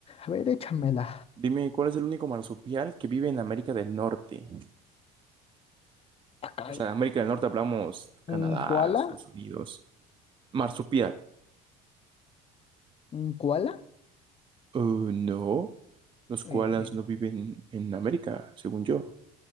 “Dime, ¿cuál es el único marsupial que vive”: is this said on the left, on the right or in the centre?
Right